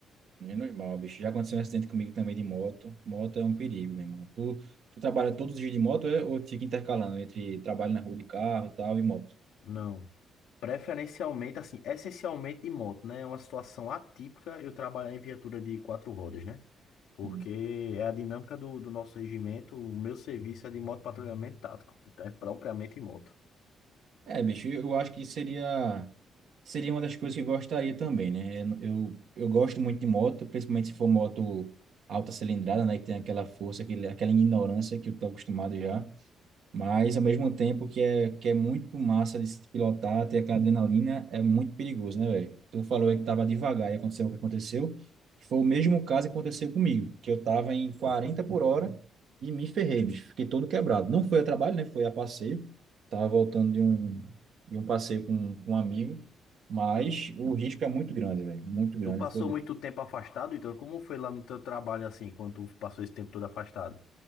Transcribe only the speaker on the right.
Menos mal, bicho. Já aconteceu um acidente comigo também de moto. Moto é um perigo, meu irmão. Tu, tu trabalha todos os dias de moto é, ou fica intercalando entre trabalho na rua de carro, tal, e moto?
Hum.
É, bicho, eu acho que seria seria uma das coisas que eu gostaria também, né? Eu, eu, eu gosto muito de moto, principalmente se for moto alta cilindrada, né? Que tem aquela força, aquele, aquela ignorância que eu tô acostumado já. Mas ao mesmo tempo que é, que é muito massa de se pilotar, ter aquela adrenalina, é muito perigoso, né, velho? Tu falou aí que tava devagar e aconteceu o que aconteceu, que foi o mesmo caso que aconteceu comigo, que eu tava em 40 por hora e me ferrei, bicho. Fiquei todo quebrado. Não foi a trabalho, né? Foi a passeio. Tava voltando de um, de um passeio com, com um amigo, mas o risco é muito grande, velho. Muito grande.
Foi